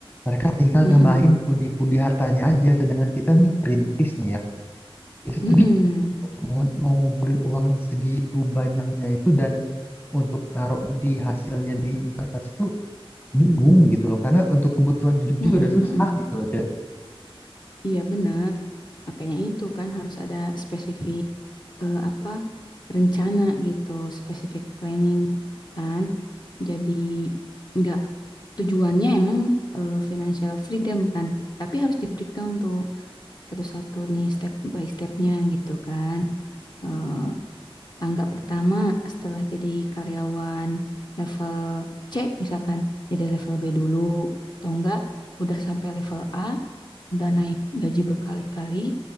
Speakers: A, on the left (about 20°); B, on the left (about 45°).
A: mereka tinggal
B: Mm-mm.
A: nambahin pundi-pundi hartanya aja, sedangkan kita nih perintis nih ya, itu
B: Mm-mm.
A: tuh bingung. Mau, mau ngumpulin uang segitu banyaknya itu dan untuk naruh di hasilnya di investasi itu bingung gitu loh karena untuk kebutuhan hidup
B: Mhm
A: juga udah susah
B: mhm.
A: gitu loh Cek.
B: Iya benar. Makanya itu kan harus ada spesifik eh, apa rencana gitu, spesifik planning kan. Jadi nggak tujuannya emang eh, financial freedom kan. Tapi harus di breakdown tuh satu-satu nih step by stepnya gitu kan. Eh, tangga pertama setelah jadi karyawan level C misalkan jadi level B dulu atau enggak udah sampai level A udah naik gaji berkali-kali